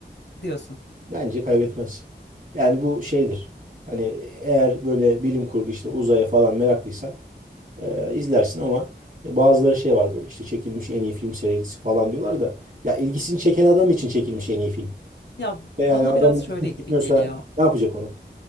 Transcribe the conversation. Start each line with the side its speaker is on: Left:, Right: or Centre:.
Left: diyorsun.
Right: Bence kaybetmez. Yani bu şeydir. Hani eğer böyle bilim kurgu işte uzaya falan meraklıysan e, izlersin ama bazıları şey var böyle işte çekilmiş en iyi film serisi falan diyorlar da ya ilgisini çeken adam için çekilmiş en iyi film.
Left: Ya
Right: Yani
Left: bana
Right: adam
Left: biraz şöyle
Right: gitmiyorsa
Left: gibi geliyor.
Right: ne yapacak onu?